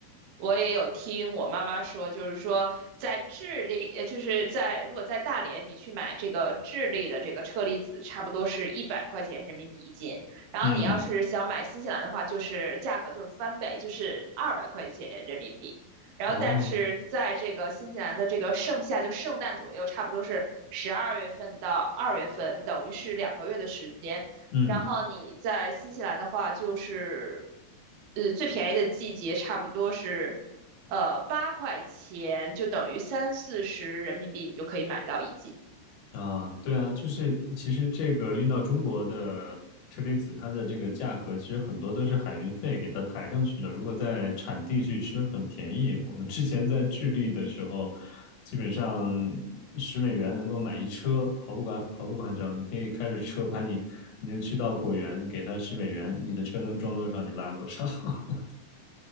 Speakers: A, on the right; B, on the left.
A: 我也有听我妈妈说，就是说在智利，呃就是在如果在大连你去买这个智利的这个车厘子，差不多是一百块钱人民币一斤。然后你要是想买新西兰的话，
B: 嗯，
A: 就是价格就是翻倍，就是二百块钱人民币。然后，
B: 哦，
A: 但是在这个新西兰的这个盛夏，就圣诞左右，差不多是十二月份到二月份，等于是两个月的时间。
B: 嗯。
A: 然后你在新西兰的话，就是呃最便宜的季节差不多是呃八块钱，就等于三四十人民币，你就可以买到一斤。
B: 啊，对啊，就是其实这个运到中国的车厘子，它的这个价格其实很多都是海运费给它抬上去的。如果在产地去吃，很便宜。我们之前在智利的时候，基本上十美元能够买一车，毫不夸毫不夸张。你可以开着车把你，你就去到果园，给他十美元，你的车能装多少，你拉多少。<laughs>